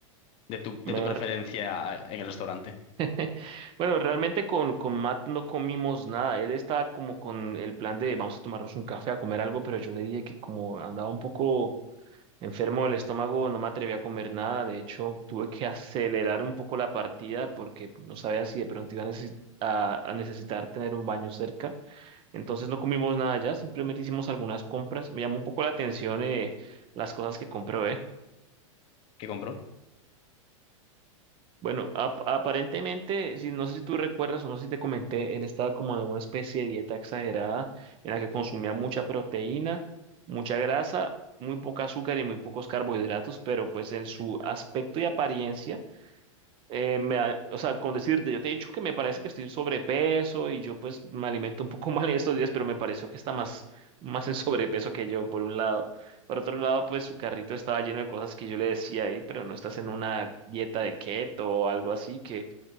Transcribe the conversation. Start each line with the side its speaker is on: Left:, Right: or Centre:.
Left: de tu, de
Right: Mejor.
Left: tu preferencia en el restaurante.
Right: <laughs> Bueno, realmente con, con Matt no comimos nada. Él estaba como con el plan de vamos a tomarnos un café, a comer algo, pero yo le dije que como andaba un poco enfermo del estómago, no me atreví a comer nada. De hecho, tuve que acelerar un poco la partida porque no sabía si de pronto iba a necesi- a- a necesitar tener un baño cerca. Entonces no comimos nada allá, simplemente hicimos algunas compras. Me llamó un poco la atención eh, las cosas que compró, ¿eh?
Left: ¿Qué compró?
Right: Bueno, ap- aparentemente, si, no sé si tú recuerdas o no sé si te comenté, él estaba como en alguna especie de dieta exagerada en la que consumía mucha proteína, mucha grasa, muy poca azúcar y muy pocos carbohidratos, pero pues en su aspecto y apariencia eh, me, ha- o sea, con decirte, yo te he dicho que me parece que estoy sobrepeso y yo pues me alimento un poco <laughs> mal en estos días, pero me pareció que está más, más en sobrepeso que yo, por un lado. Por otro lado, pues su carrito estaba lleno de cosas que yo le decía, "Ey, pero no estás en una dieta de keto o algo así, que